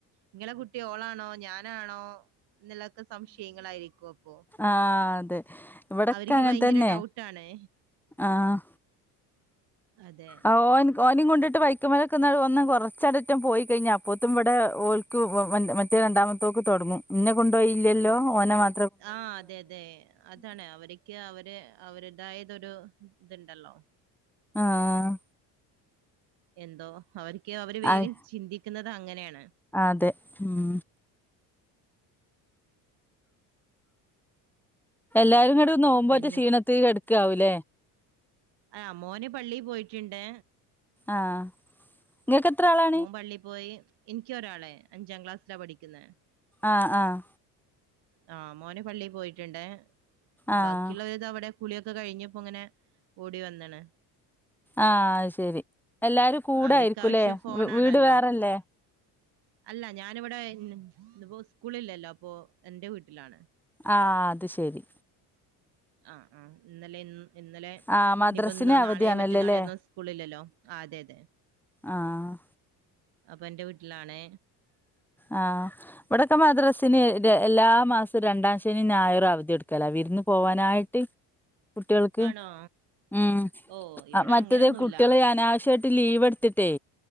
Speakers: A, on the right (about 65°); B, in the centre.
A: നിങ്ങളെ കുട്ടി ഓളാണോ ഞാനാണോ എന്നുള്ളൊക്കെ സംശയങ്ങളായിരിക്കും അപ്പൊ
B: ആഹ് അതെ ഇവിടെക്കെ
A: അവർക്ക്
B: അങ്ങനെ
A: ഭയങ്കര
B: തന്നെ
A: ഡൗട്ടാണ്
B: ആഹ്
A: അതെ.
B: ആഹ് ഓ ഓനും കൊണ്ടിട്ട് വൈ ചിക്കമലക്കന്നാട് വന്ന കുറച്ചടറ്റം പോയി കഴിഞ്ഞാൽ അപ്പോഴത്തും ഇവിടെ ഓൽക്ക് മറ്റേ രണ്ടാമത്തോക്ക് തുടങ്ങും ഇന്നെ കൊണ്ടുപോയില്ലല്ലോ ഓനെ മാ
A: ആഹ് അതെ അതെ അതാണ് അവരെ ക്കെ അവര് അവരുതായതൊരു ഇതുണ്ടല്ലോ
B: ആഹ്
A: എന്തോ അവര്ക്ക് അവര് വേഗം
B: അഹ്
A: ചിന്തിക്കുന്നത് അങ്ങനെയാണ്
B: അതെ ഉം എല്ലാരും അങ്ങട് നോമ്പോറ്റേ
A: പിന്നെ
B: ക്ഷീണത്തി കടക്കാവൂല്ലേ
A: ആഹ് മോന് പള്ളി പോയിട്ടുണ്ട്
B: ആഹ് നിങ്ങൾക്ക് എത്ര ആളാ
A: മോൻ പള്ളി പോയി എനിക്കോരാളെ അഞ്ചാം ക്ലാസ്സിലാ പഠിക്കുന്നെ
B: ആഹ് ആഹ്
A: ആഹ് മോന് പള്ളി പോയിട്ടുണ്ട്
B: ആഹ്
A: ബാക്കിയുള്ളവരിത് അവിടെ കുളിയൊക്കെ കഴിഞ്ഞപ്പോ ഇങ്ങനെ ഓടി വന്നാണ്
B: ആഹ് അശെരി എല്ലാരും കൂടയിരിക്കൂല്ലേ
A: അവര്ക്കാവശ്യം ഫോണാണല്ലോ.
B: വീട് വേറെല്ലേ
A: അല്ല ഞാനിവിടെ ഇന്ന് ഇപ്പോ സ്കൂളില്ലല്ലോ അപ്പൊ എന്റെ വീട്ടിലാണ്
B: ആഹ് അത് ശരി
A: ആഹ് ആഹ് ഇന്നലെ ഇ ഇന്നലെ
B: ആഹ് മദ്രസിന്
A: ഇനിപ്പോ ഇന്നൊ
B: അവധിയാണല്ലോല്ലേ
A: നാളെ മറ്റന്നാളേ ഒന്നും സ്കൂളില്ലല്ലോ ആഹ് അതെ അതെ
B: ആഹ്
A: അപ്പൻന്റെ വീട്ടിലാണ്
B: ആഹ് ഇവടൊക്കെ മദ്രസ്ന് എല്ലാ മാസം രണ്ടാശെനി ഞായറു അവത്യോട്ക്കലാ വിര്ന്ന് പോവാനായിട്ട് കുട്ടികൾക്ക്
A: ആണോ
B: ഉം
A: ഓ ഇവിടെ
B: മറ്റേത്
A: അങ്ങനൊന്നുല്ല
B: കുട്ടെല് അനാവശ്യമായിട്ട് ലീവ് എടുത്തിട്ടേ